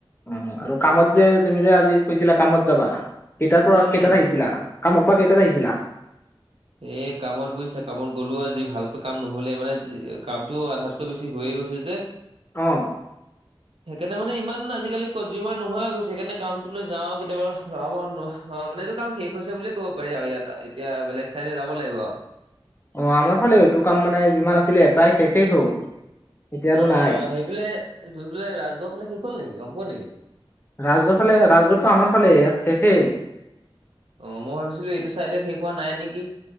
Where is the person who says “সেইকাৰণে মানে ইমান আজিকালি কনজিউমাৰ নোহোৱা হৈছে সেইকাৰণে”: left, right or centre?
Right